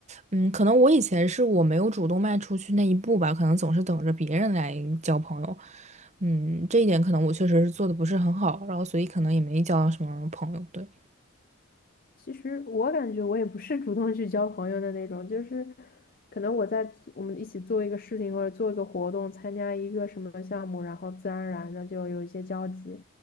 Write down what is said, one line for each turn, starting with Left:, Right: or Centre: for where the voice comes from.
Right: 嗯，可能我以前是我没有主动迈出去那一步吧，可能总是等着别人来交朋友。嗯，这一点可能我确实是做的不是很好，然后所以可能也没交到什么朋友。对，
Left: 其实我感觉我也不是主动去交朋友的那种，就是可能我在做我们一起做一个事情或者做一个活动，参加一个什么项目，然后自然而然的就有一些交集，